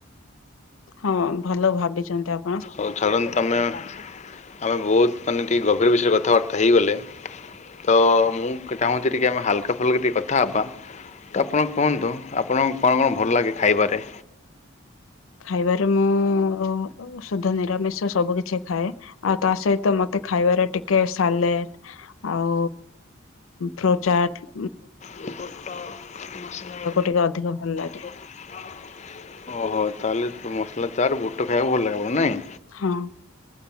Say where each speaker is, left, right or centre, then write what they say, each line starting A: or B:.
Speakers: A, on the left; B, on the left.
A: ହଁ ଭଲ ଭାବିଛନ୍ତି ଆଣ
B: ଆଉ ଛାଡନ୍ତୁ ତମେ ଆମେ ବହୁତ ମାନେ ଟିକେ ଗଭୀର ବିଷୟରେ କଥାବାର୍ତ୍ତା ହେଇଗଲେ। ତ ମୁଁ ଚାହୁଁଛି ଟିକେ ଆମେ ହାଲକା ଫୁଲକା ଟିକେ କଥା ହେବା। ତ ଆପଣ କୁହନ୍ତୁ ଆପଣଙ୍କୁ କଣ କଣ ଭଲ ଲାଗେ ଖାଇବାରେ?
A: ଖାଇବାରେ ମୁଁ ଶୁଦ୍ଧ ନିରାମିଷ ସବୁ କିଛି ଖାଏ। ଆଉ ତା ସହିତ ମତେ ଖାଇବାରେ ଟିକେ ସାଲେଡ ଆଉ ପ୍ରଚାଟ
B: ଗ ଗତ ମସମରେ
A: ଟିକେ ଅଧିକ ଭଲ ଲାଗେ
B: <inaudible> ଓହୋ ତାହେଲେ ମସଲା ଚାରେ ବୁଟ ଖାଇବାକୁ ଭଲ ଲାଗିବ ନାଇଁ?
A: ହଁ।